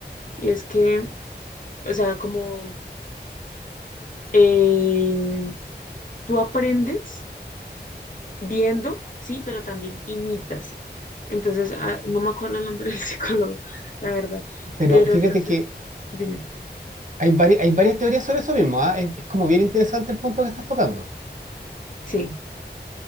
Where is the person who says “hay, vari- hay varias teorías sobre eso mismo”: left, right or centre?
Right